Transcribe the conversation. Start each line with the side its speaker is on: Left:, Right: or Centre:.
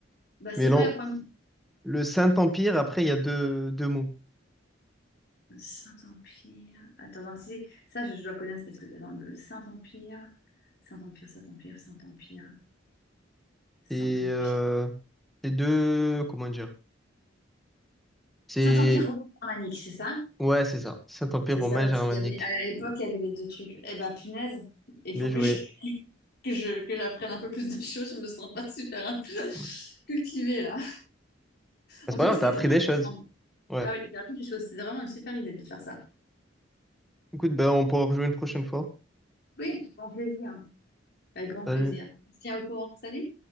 Left: Bah, c'est
Centre: Mais
Left: quoi
Centre: non,
Left: la première?
Centre: le Saint-Empire, après, il y a deux, deux mots.
Left: Le Saint-Empire. Attends, attends, si, si, ça, je, je dois connaître parce que attends, le le Saint-Empire. Saint-Empire, Saint-Empire, Saint-Empire, Saint-Empire.
Centre: Et euh, les deux. Comment dire? C'est.
Left: Saint-Empire romain-germanique, c'est ça?
Centre: Ouais, c'est ça. Saint-Empire
Left: C'est
Centre: romain
Left: ça, ouais, parce
Centre: germanique.
Left: qu'il y avait, à l'époque, il y avait les deux trucs. Eh ben, punaise, il
Centre: Bien
Left: faut que
Centre: joué.
Left: je, que je- que j'apprenne un peu plus de choses. Je me sens pas super int- <laughs>
Centre: Bah,
Left: cultivée, là.
Centre: C'est
Left: En
Centre: pas
Left: tout
Centre: grave,
Left: cas, c'était
Centre: t'as appris
Left: très intéressant.
Centre: des choses. Ouais.
Left: Ah oui, j'ai appris des choses. C'était vraiment une super idée de faire ça.
Centre: Écoute, ben, on pourra rejouer une prochaine fois.
Left: Oui, avec grand plaisir. Avec grand
Centre: Salut.
Left: plaisir. tiens au courant. Salut!